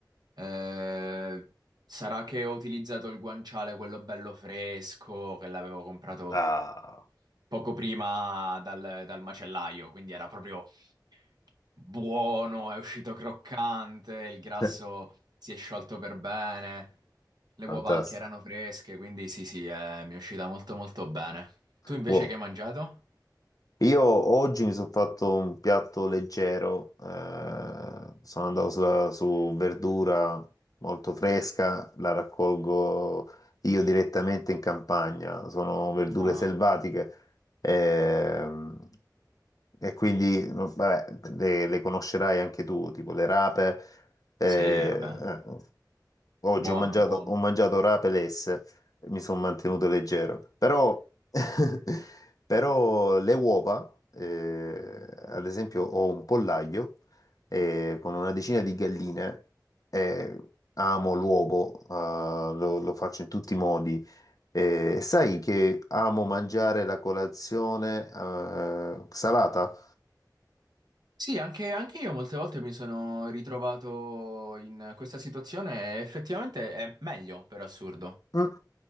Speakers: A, on the right; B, on the left.
A: Eh, sarà che ho utilizzato il guanciale, quello bello fresco, che l'avevo comprato
B: Ah,
A: poco prima dal, dal macellaio, quindi era proprio buono, è uscito croccante, il grasso
B: <laughs>
A: si è sciolto per bene, le
B: fantastico.
A: uova anche erano fresche, quindi sì, sì, eh, mi è uscita molto molto bene. Tu invece
B: Buono.
A: che hai mangiato?
B: Io oggi mi sono fatto un piatto leggero, eh, sono andato sulla- su verdura molto fresca, la raccolgo io direttamente in campagna, sono verdure
A: Ah,
B: selvatiche ehm, e quindi no, vabbè, le, le conoscerai anche tu, tipo le rape. eh,
A: sì, vabbè,
B: eh, Oggi
A: buono,
B: ho mangiato,
A: buono.
B: ho mangiato rapelesse e mi sono mantenuto leggero. Però, <laughs> però le uova, eh, ad esempio, ho un pollaio eh, con una decina di galline. eh, amo l'uovo, eh, lo, lo faccio in tutti i modi. Eh, sai che amo mangiare la colazione eh, salata?
A: Sì, anche, anche io molte volte mi sono ritrovato in questa situazione e effettivamente è meglio, per assurdo.
B: Mm.